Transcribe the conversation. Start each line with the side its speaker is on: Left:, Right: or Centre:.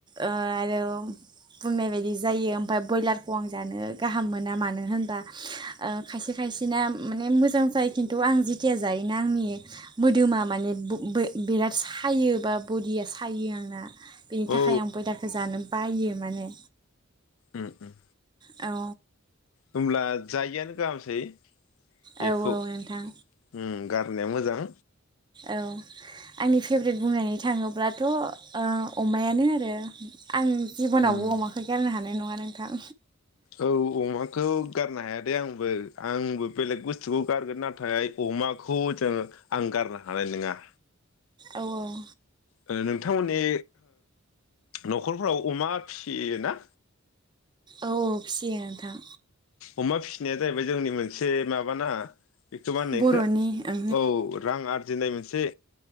Right: ओ आरो। बुंनाय बायदि जायो ओमफाय ब्रयलारखौ आं जानो गाहाम मोना मानो होनबा ओ-खायसे खायसेना माने मोजां जायो खिन्थु आं जेथिया जायोना आंनि मोदोमा माने बिराद सायो बा बदिया सायो आंना। बेनि
Left: औ
Right: थाखाय आं बयलारखौ जानो। बायो। माने।
Left: ओम ओम।
Right: औ।
Left: होमब्ला जायैआनो गाहामसै।
Right: औ
Left: बेखौ उम
Right: नोंथां
Left: गार नाया मोजां।
Right: औ आंनि फेभ्रेट बुंनानै थाङोब्लाथ' ओ-अमायानो आरो। आं जिब'नावबो
Left: उम
Right: अमाखौ गारनो हानाय नङा। नोंथां
Left: औ अमाखौ गारनो हाया दे आंबो आंबो बेलेग बुस्थुखौ गारगोन नाथाय अमाखौ जों आं गारनो हानाय नोङा।
Right: औ औ
Left: ओ नोंथांमोननि नखरफोराव अमा फिसियो ना?
Right: औ फिसियो नोंथां।
Left: अमा फिसिनाया जाहैबाय जोंनि मोनसे माबाना? इटु मान
Right: बर'नि
Left: इखो
Right: ओं
Left: औ रां आरजिनाय मोनसे